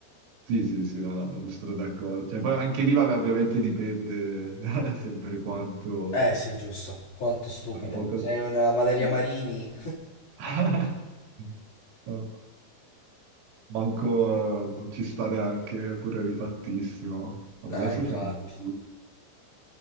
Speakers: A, on the right (about 85°); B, on the left (about 45°).
A: Sì, sì, sì, no, sono d'accordo. Cioè, poi anche lì, vabbè, ovviamente dipende <laughs> sempre quanto...
B: Eh, sì, giusto. Quanto stupida.
A: La poca...
B: Sei una Valeria
A: Sì.
B: Marini.
A: <laughs> Eh, Manco eh, non ci sta neanche pure rifattissimo. Vabbè,
B: Eh,
A: adesso
B: infatti.
A: fai tutto.